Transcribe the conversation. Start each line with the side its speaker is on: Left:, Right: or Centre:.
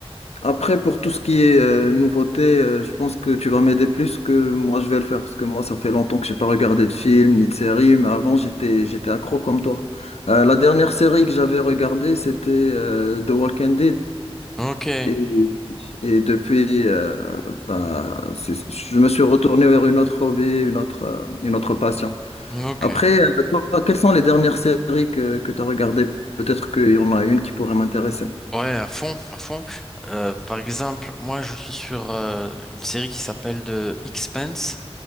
Left: Après, pour tout ce qui est euh, nouveauté, euh, je pense que tu vas m'aider plus que moi je vais le faire, parce que moi, ça fait longtemps que j'ai pas regardé de film ni de série, mais avant, j'étais, j'étais accro comme toi. Euh, la dernière série que j'avais regardée, c'était euh, The Walking Dead.
Centre: Ok,
Left: Et, et depuis, euh, bah, c'est- je me suis retourné vers une autre hobby, une autre, euh, une autre passion.
Centre: ok.
Left: Après, euh, toi, quelles sont les dernières séries que, que tu as regardées? Peut-être qu'il y en a une qui pourrait m'intéresser.
Centre: Ouais, à fond, à fond. Euh, par exemple, moi, je suis sur euh, une série qui s'appelle The Expanse.